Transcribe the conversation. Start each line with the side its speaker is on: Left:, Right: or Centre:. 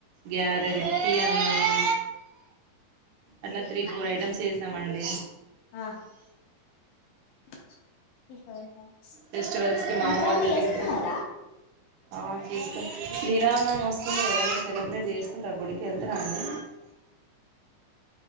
Right: గ్యారెలు తీ అన్నం అట్లా త్రీ ఫోర్ ఐటమ్స్ చేసామండి
Left: ఆ <inaudible>
Right: ఫెస్టివల్స్ కి మా
Left: సంక్రాంతి
Right: అమ్మ వాళ్ళ ఇంటికి
Left: చేస్తున్నారా
Right: ఇక ఆ తీసుకు శ్రీరామనవమి వస్తుంది కదా మీరు సెలబ్రేట్ చేసుకుంటారా గుడికి వెళ్తారా అండి